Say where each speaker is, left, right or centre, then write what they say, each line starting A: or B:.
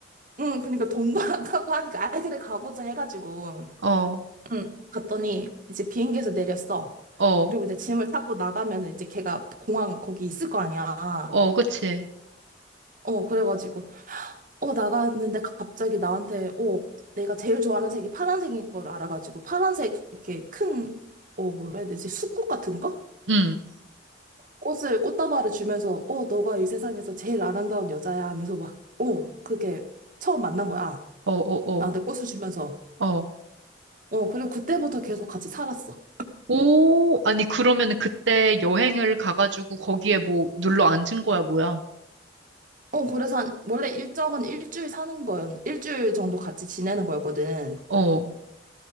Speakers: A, on the right; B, on the right.
A: 응 그러니까 돈도 안 가고 하니까 아이 그래 가보자 해가지고
B: 어,
A: 응. 갔더니 이제 비행기에서 내렸어.
B: 어,
A: 그리고 이제 짐을 찾고 나가면 이제 걔가 공항 거기 있을 거 아니야.
B: 어, 그치.
A: 어, 그래가지고 어, 나갔는데 갑자기 나한테, 어, 내가 제일 좋아하는 색이 파란색인 걸 알아가지고, 파란색, 이렇게 큰, 어, 뭐라 해야 되지? 수국 같은 거?
B: 음,
A: 꽃을, 꽃다발을 주면서, 어, 너가 이 세상에서 제일 아름다운 여자야 하면서 막, 어, 그게 처음 만난 거야.
B: 어, 어,
A: 나한테 꽃을 주면서.
B: 어, 어.
A: 어, 그리고 그때부터 계속 같이 살았어.
B: 오, 아니, 그러면은 그때 여행을 가가지고 거기에 뭐 눌러 앉은 거야, 뭐야?
A: 어, 그래서 한, 원래 일정은 일주일 사는 거였, 일주일 정도 같이 지내는 거였거든.
B: 어.